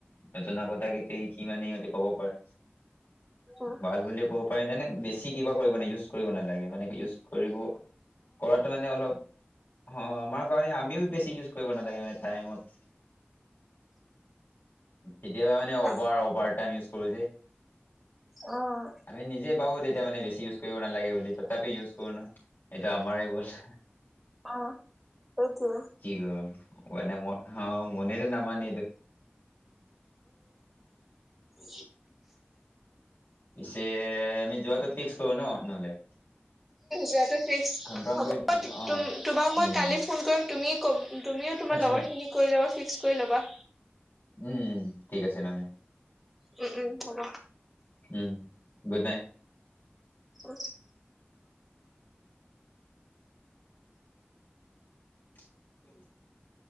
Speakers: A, on the left; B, in the centre.
A: নজনা আগত কাকেইট <unintelligible> সি মানে সিহঁতে ক'ব পাৰে
B: উম
A: ভাল বুলি ক'ব বেছি কিবা কৰিব ইজ কৰিব নালাগে মানে ইজ কৰিব কৰাটো মানে অলপ অ আমাৰ কাৰণে আমিও বেছি ইউজ কৰিব নালাগে মানে টাইমত কেতিয়াবা মানে
B: উম
A: অভাৰ অভাৰ ইউজ কৰো যে
B: উম
A: আমি নিজে পাবো <unintelligible> তেতিয়া মানে বেছি ইউজ কৰিব নালাগে বুলি ত তাপি ইউজ কৰো ন এইটো আমাৰে ভুল
B: অ সেইটোযে
A: কি অ এ ম মনে <unintelligible> যো ন মন
B: উ
A: পিছে আমি যোৱাতটো ফিক্স কৰো ন নহ'লে।
B: যোৱাটো ফিক্স
A: কনফাৰ্ম
B: হ'ব,
A: কৰি অ
B: তোমাক মই
A: উম
B: কালি ফোন কৰিম তুমি ক তুমিও তোমাৰ
A: আচ্ছা
B: লগৰখিনি কৈ লাবা ফিক্স কৰি ল'বা।
A: উম ঠিক আছে নহলে।
B: উম উম হ'ব।
A: উম গুড নাইট।
B: অ
A: কিিক <unintelligible>